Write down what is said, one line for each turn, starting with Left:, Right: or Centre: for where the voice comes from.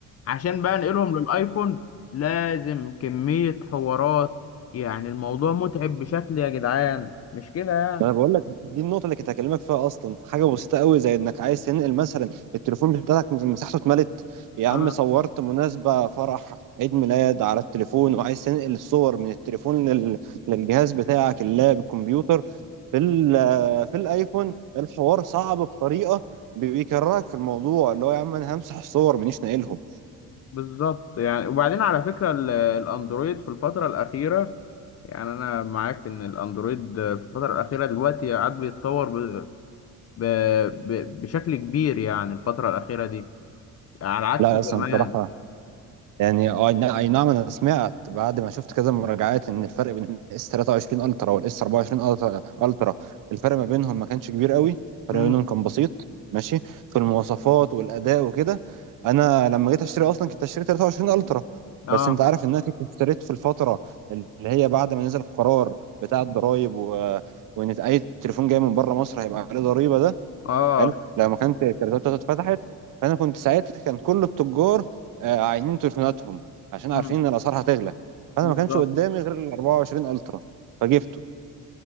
Left: عشان بقى انقلهم للايفون لازم كميه حوارات يعني الموضوع متعب بشكل يا جدعان مش كده يعني
Right: ما انا بقول لك دي النقطه اللي كنت هكلمك فيها اصلا حاجه بسيطه قوي زي انك عايز تنقل مثلا التليفون بتاعك مساحته اتملت يا
Left: اه
Right: عم صورت مناسبه فرح عيد ميلاد على التليفون وعايز تنقل الصور من التليفون لل... للجهاز بتاعك اللاب الكمبيوتر في ال... في الايفون الحوار صعب بطريقه بي- بيكرهك في الموضوع اللي هو يا عم انا همسح الصور مانيش ناقلهم
Left: بالظبط يعني وبعدين على فكره ال- الاندرويد في الفتره الاخيره يعني انا معاك ان الاندرويد في الفتره الاخيره دلوقتي قاعد بيتطور ب... ب... ب... بشكل كبير يعني الفتره الاخيره دي على عكس
Right: لا يا
Left: زمان
Right: اسطى بصراحه يعني اه نا- اي نعم انا سمعت بعد ما شفت كذا مراجعات ان الفرق بين الاس 23 الترا والاس 24 الترا الترا الفرق ما بينهم ما كانش كبير قوي الفرق
Left: امم
Right: ما بينهم كان بسيط ماشي في المواصفات والاداء وكده انا لما جيت اشتري اصلا كنت اشتري 23 الترا
Left: اه
Right: بس انت عارف ان انا كنت اشتريت في الفتره اللي هي بعد ما نزل القرار بتاع الضرايب و... وان اي تليفون جاي من بره مصر هيبقى عليه ضريبه ده
Left: اه
Right: حلو لما كانت الشركات بتاعته اتفتحت فانا كنت ساعتها كان كل التجار آه، عاينين تليفوناتهم عشان عارفين
Left: امم
Right: ان الاسعار هتغلى فانا
Left: بالظبط
Right: ما كانش قدامي غير ال 24 الترا فجبته